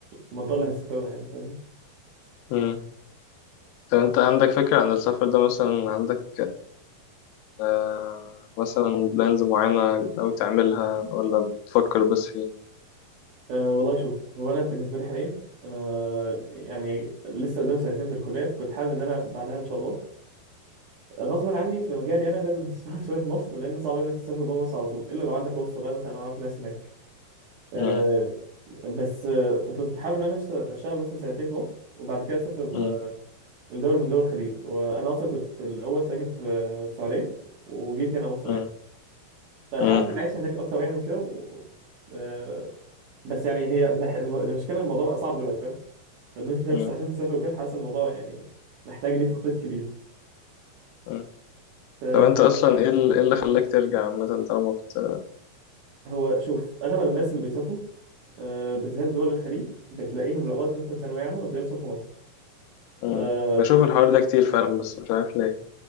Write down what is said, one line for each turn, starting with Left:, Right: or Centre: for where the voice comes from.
Right: المنطقه اللي هتسافرها يعني فاهم
Left: مم. طب انت عندك فكرة عن السفر ده مثلا عندك آه مثلا بلانز معينة ناوي تعملها ولا بتفكر بس فيه
Right: أه والله شوف هو انا بالنسبه لي حاليا انا يعني لسه قدام سنتين في الكليه فكنت حابب ان انا بعدها ان شاء الله غصبا عني في مجالي انا لازم هتشتغل <laughs> شويه في مصر لان صعب ان انت تسافر بره مصر على طول الا لو عندك واسطه بقى مثلا
Left: مم.
Right: أو اعرف ناس هناك آه،
Left: مم.
Right: بس آه، فكنت حابب ان انا أشت- اشتغل مثلا سنتين في مصر وبعد كده اسافر
Left: مم.
Right: آه، لدولة من دول الخليج وانا اصلا كنت الاول ساكن في السعودية وجيت هنا مصر
Left: مم.
Right: يعني فحابب
Left: مم.
Right: العيشة هناك اكتر يعني وكده و... آه، بس يعني هي مح- الم- المشكلة الموضوع بقى صعب دلوقتي فاهم فان انت
Left: مم.
Right: لسه عشان تسافر وكده حاسس الموضوع يعني محتاج ليه تخطيط كبير
Left: مم.
Right: آه،
Left: طب انت
Right: <laughs>
Left: اصلا ايه ال- إيه اللي خلاك ترجع عامة طالما كنت
Right: هو شوف اغلب الناس اللي بيسافروا آه، بالذات دول الخليج بتلاقيهم لغايه مثلا ثانويه عامه وتلاقيهم سافروا
Left: مم.
Right: مصر
Left: بشوف الحوار ده كتير فعلا بس مش عارف ليه